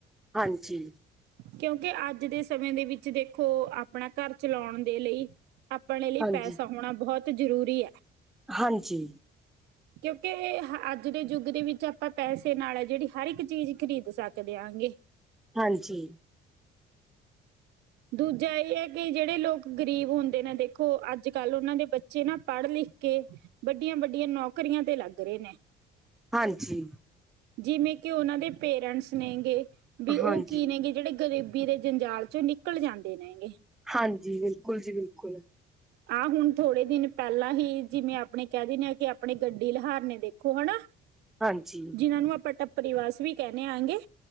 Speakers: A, in the centre; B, on the right.
A: ਹਾਂਜੀ।
B: ਕਿਉਂਕਿ ਅੱਜ ਦੇ ਸਮੇਂ ਦੇ ਵਿੱਚ ਦੇਖੋ ਆ। ਆਪਣਾ ਘਰ ਚਲਾਉਣ ਦੇ ਲਈ ਆਪਣੇ ਲਈ
A: ਹਾਂਜੀ,
B: ਪੇਸ਼ਾ ਹੋਣਾ ਬਹੁਤ ਜ਼ਰੂਰੀ ਆ।
A: ਹਾਂਜੀ।
B: ਕਿਉਂਕਿ ਅੱਜ ਦੇ ਯੁੱਗ ਦੇ ਵਿੱਚ ਆਪਾਂ ਪੈਸੇ ਨਾਲ ਹੈ ਜਿਹੜੀ ਹਰ ਇੱਕ ਚੀਜ਼ ਖਰੀਦ ਸਕਦੇ ਆ ਗੇ।
A: ਹਾਂਜੀ।
B: ਦੂਜਾ ਇਹ ਹੈ ਕਿ ਜਿਹੜੇ ਲੋਕ ਗਰੀਬ ਹੁੰਦੇ ਨੇ ਦੇਖੋ ਅੱਜ ਕੱਲ੍ਹ ਉਹਨਾਂ ਦੇ ਬੱਚੇ ਨਾ ਪੜ੍ਹ ਲਿਖ ਕੇ ਵੱਡੀਆਂ ਵੱਡੀਆਂ ਨੌਕਰੀਆਂ ਤੇ ਲੱਗ ਰਹੇ ਨੇ।
A: ਹਾਂਜੀ,
B: ਜਿਵੇਂ ਕਿ ਉਹਨਾਂ ਦੇ ਪੇਰੈਂਟਸ ਨੇਗੇ ਵੀ ਉਹ
A: ਹਾਂਜੀ,
B: ਗੇ ਜਿਹੜੇ ਗਰੀਬੀ ਦੇ ਜੰਜਾਲ ਚੋਂ ਨਿਕਲ ਜਾਂਦੇ ਨੇ ਹੈਗੇ
A: ਹਾਂਜੀ ਬਿਲਕੁਲ ਜੀ ਬਿਲਕੁਲ
B: ਆਹ ਹੁਣ ਥੋੜੇ ਦਿਨ ਪਹਿਲਾਂ ਹੀ ਜਿਵੇਂ ਆਪਣੇ ਕਹਿ ਦਿੰਦੇ ਆਾਂ ਕਿ ਆਪਣੇ ਗੱਡੀ ਲਹਾਰ ਨੇ ਦੇਖੋ ਹਨਾ
A: ਹਾਂਜੀ,
B: ਜਿਨਾਂ ਨੂੰ ਆਪਾਂ ਟੱਪਰੀ ਵਾਸ ਵੀ ਕਹਿੰਦੇ ਆਂਗੇ